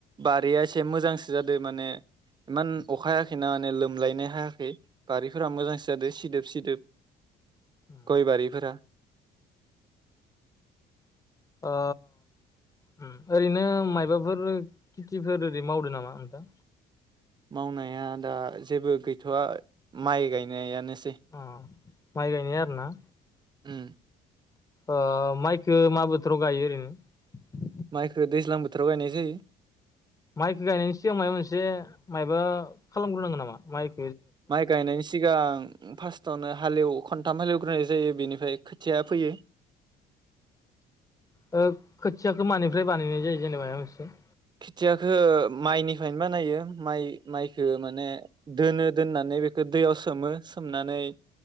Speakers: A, on the right; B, on the left.
A: बारिया एसे मोजांसो जादों माने इमान अखाहायाखैना माने लोमलायनो हायाखै बारिफोरा मोजांसो जादों सिदोब सिदोब
B: ओनसोलाव
A: गयबारिफोरा
B: ओ उम ओरैनो मायबाफोर खेथिफोर ओरै मावदो नामा नोंथां?
A: मावनाया दा जेबो गैथ'वा माइ गायनायानो
B: अ माय गायनाय आरो ना?
A: उम
B: ओ माइखो मा बोथोराव गायो ओरैनो
A: माइखौ दैज्लां बोथोराव गायनाय जायो।
B: माइखौ गायनायनि सिगां माबा मोनसे माबा खालामग्रोनांगोन नामा माइ
A: माइ गायनायनि सिगां फार्स्टआवनो हालेव खन्थाम हलेवग्रोनाय जायो बेनिफ्राय खोथिया फोयो।
B: उओ खोथियाखौ मानिफ्राय बानायनाय जायो जेनेबाया मोनोंसिथिं?
A: खेथियाखौ माइनिफ्रायनो बानायो माइ माइखो माने दोनो दोननानै बेखौ दैयाव सोमो सोमनानै